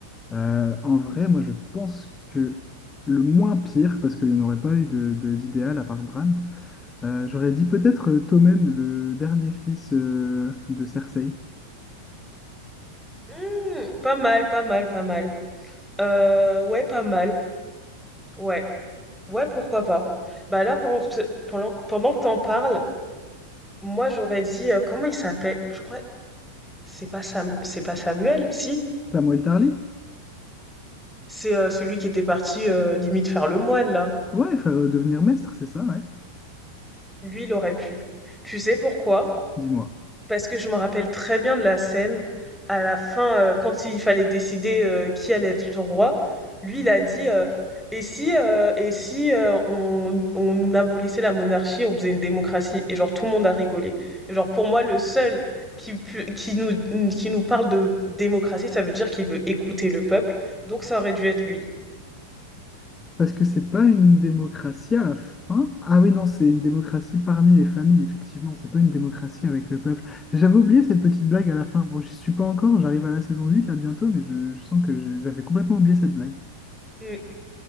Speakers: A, on the left (about 15°); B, in the centre.
A: Euh, en vrai, moi, je pense que le moins pire, parce qu'il n'y en aurait pas eu de- de- d'idéal à part Bran, Euh, j'aurais dit peut-être euh, Tommen, le dernier fils euh, de Cersei.
B: Hmm, pas mal, pas mal, pas mal. Euh, ouais, pas mal. Ouais. Ouais, pourquoi pas. Bah là, pendant, que- pendant, pendant que t'en parles, moi j'aurais dit, euh, comment il s'appelle? Je crois, c'est pas Sam, c'est pas Samuel, si?
A: Samuel Tarly?
B: C'est euh, celui qui était parti euh, limite faire le moine, là.
A: Ouais, faire euh, devenir maître, c'est ça, ouais.
B: Lui, il aurait pu. Tu sais pourquoi?
A: Dis-moi.
B: Parce que je me rappelle très bien de la scène. À la fin, euh, quand il fallait décider euh, qui allait être le roi, lui, il a dit euh, Et si, euh, et si euh, on, on abolissait la monarchie, on faisait une démocratie? Et genre, tout le monde a rigolé. Et genre, pour moi, le seul qui, pu- qui nous, qui nous parle de démocratie, ça veut dire qu'il veut écouter le peuple. Donc, ça aurait dû être lui.
A: Parce que c'est pas une démocratie à la fin. Ah oui, non, c'est une démocratie parmi les familles, effectivement. C'est pas une démocratie avec le peuple. J'avais oublié cette petite blague à la fin. Bon, j'y suis pas encore, j'arrive à la saison 8, là bientôt, mais je, je sens que j'ai- j'avais complètement oublié cette blague.
B: Mm.